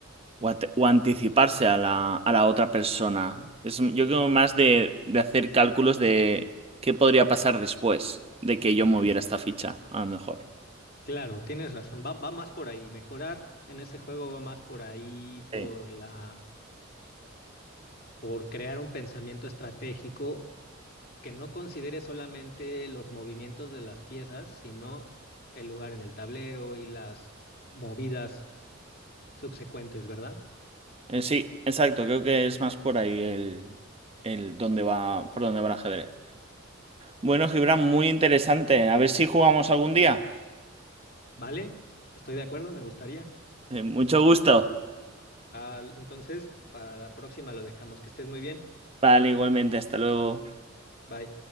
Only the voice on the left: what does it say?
claro, tienes razón, va, va más por ahí, mejorar en este juego va más por ahí, por
la, por crear un pensamiento estratégico que no considere solamente los movimientos de las piezas, sino el lugar en el tablero y las movidas subsecuentes, ¿verdad?
¿Vale? Estoy de acuerdo, me gustaría.
Ah, entonces, para la próxima lo dejamos. Que estés muy bien.
Bye.